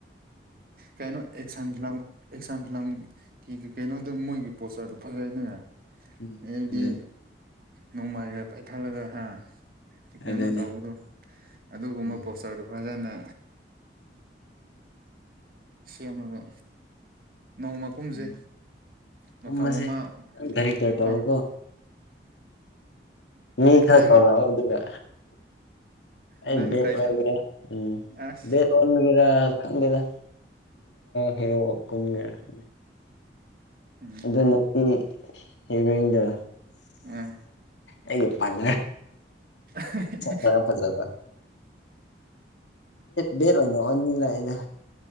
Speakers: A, on the right (about 50°); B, on the left (about 85°).
A: ꯀꯩꯅꯣ ꯑꯦꯛꯁꯥꯡ ꯐꯥꯡ ꯑꯦꯛꯁꯥꯡ ꯐꯤꯂꯥꯡꯒꯤ ꯀꯩꯅꯣꯗ ꯃꯣꯏꯒꯤ ꯄꯣꯁꯆꯔꯗꯨꯣ ꯐꯖꯩꯗꯅꯦ
B: ꯎꯝ
A: ꯑꯗꯨꯗꯤ
B: ꯑꯗꯨ
A: ꯅꯣꯡꯃꯥꯏꯒ ꯄꯥꯏꯊꯠꯂꯒ ꯍꯥ ꯀꯩꯅꯣ
B: ꯑꯗꯨꯅꯤ
A: ꯇꯧꯕꯗꯣ ꯑꯗꯨꯒꯨꯝꯕ
B: ꯎꯝ
A: ꯄꯣꯇꯔꯗꯨ ꯐꯖꯅ ꯁꯦꯝꯒ ꯅꯣꯡꯃꯀꯨꯝꯁꯦ
B: ꯎꯝ
A: ꯃꯐꯝ
B: ꯀꯨꯝꯕꯁꯦ
A: ꯑꯃ
B: ꯗꯥꯏꯔꯦꯛꯇꯔ
A: ꯃꯐꯝ
B: ꯇꯧꯔꯣꯀꯣ ꯃꯤ ꯈ
A: ꯅꯪꯅ
B: ꯀꯧꯔ ꯑꯗꯨꯒ ꯑꯩ
A: ꯅꯪꯅ
B: ꯦꯠ
A: ꯀꯩꯁꯥ
B: ꯑꯣꯏꯒꯦꯔ ꯎꯝ
A: ꯑꯁ
B: ꯦꯠ ꯋꯥꯜꯒꯦꯔ ꯦꯗꯦꯗ ꯐꯔꯒꯦ
A: ꯎꯝ
B: ꯑꯗꯨꯗꯣ ꯅꯨꯄꯤ ꯍꯒꯗ
A: ꯑ
B: ꯑꯩꯒꯤ ꯄꯜ
A: ꯑ
B: ꯐꯔ ꯐꯖꯕꯦꯠ ꯕꯦꯠ ꯋꯥꯅꯤꯡ ꯂꯥꯛꯏꯗ